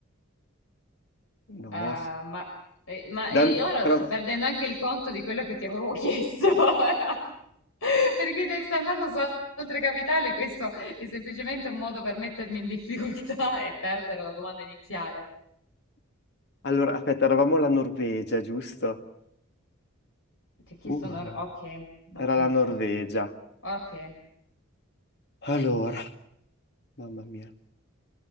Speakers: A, on the left; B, on the left.
A: No,
B: eh,
A: s-
B: ma, eh, ma
A: la-
B: io ora
A: però-
B: sto perdendo anche il conto di quello che ti avevo <laughs> chiesto. Ora. Perché te stai andando su altre capitali, questo è semplicemente un modo per mettermi in difficoltà <laughs> e perdere la domanda iniziale.
A: allora, aspetta, eravamo la Norvegia, giusto?
B: Ti ho chiesto
A: Uh, mamma
B: Nor-
A: mia.
B: ok, Norvegia.
A: Era la Norvegia.
B: Ok, e
A: Allora, mamma mia.